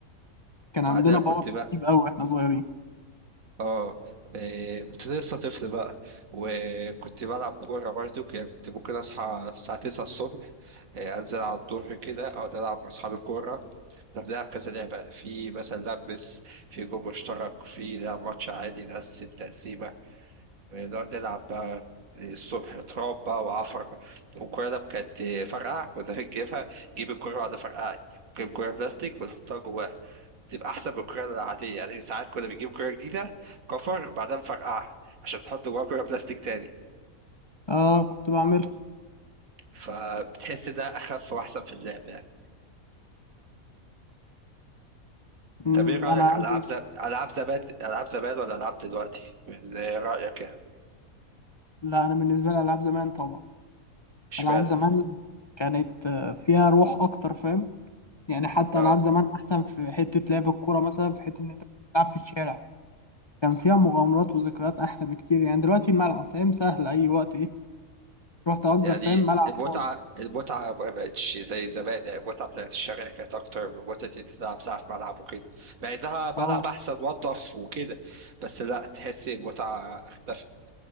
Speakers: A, on the left (about 25°); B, on the right (about 70°).
A: كان
B: وبعدها
A: عندنا
B: كنت
A: باور
B: بقى
A: رهيب قوي احنا صغيرين
B: اه إيه، كنت لسه طفل بقى وكنت بلعب كوره برضو يعني كنت ممكن اصحى الساعه 9 الصبح إيه، انزل على الظهر كده اقعد العب مع اصحابي كوره طب نلعب كذا لعبه في مثلا لبس في جول مشترك في لعب ماتش عادي نقسم تقسيمه نقعد نلعب بقى الصبح تراب بقى وعفر والكرة ده كانت فرقعة كنا بنجيبها نجيب الكرة بعد فرقعة نجيب كرة بلاستيك ونحطها جواها تبقى أحسن من الكرة العادية يعني ساعات كنا بنجيب كرة جديدة كفر وبعدها نفرقعها عشان تحط جواها كرة بلاستيك تاني
A: اه كنت بعملها
B: فبتحس ده أخف وأحسن في اللعب يعني
A: أمم،
B: طب إيه رأيك
A: انا
B: ألعاب
A: عندي
B: زمان ألعاب زمان ألعاب زمان ولا ألعاب دلوقتي؟ من رأيك يعني
A: لا انا بالنسبه لي العاب زمان طبعا
B: اشمعنى؟
A: العاب زمان كانت آه، فيها روح اكتر فاهم يعني حتى
B: آه.
A: العاب زمان احسن في حته لعب الكوره مثلا في حته ان انت تلعب في الشارع كان فيها مغامرات وذكريات احلى بكتير يعني دلوقتي الملعب فاهم سهل اي وقت ايه تروح تأجر
B: يعني
A: فاهم ملعب
B: المتعة
A: فاضي
B: المتعة ما بقتش زي زمان يعني المتعة بتاعت الشارع كانت أكتر من متعة إن أنت تلعب ساعة في ملعب وكده مع إنها ملعب
A: اه
B: أحسن وأنضف وكده بس لأ تحس المتعة اختفت